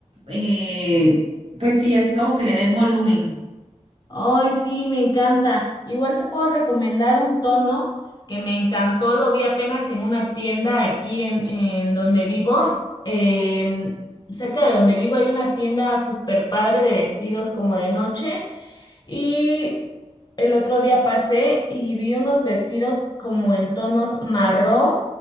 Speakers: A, on the right; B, on the left.
A: eh, pues sí, así como que le den volumen.
B: Ay, sí, me encanta. Igual te puedo recomendar un tono que me encantó, lo vi apenas en una tienda aquí en, en donde vivo. Em, cerca de donde vivo hay una tienda súper padre de vestidos como de noche Y el otro día pasé y vi unos vestidos como en tonos marrón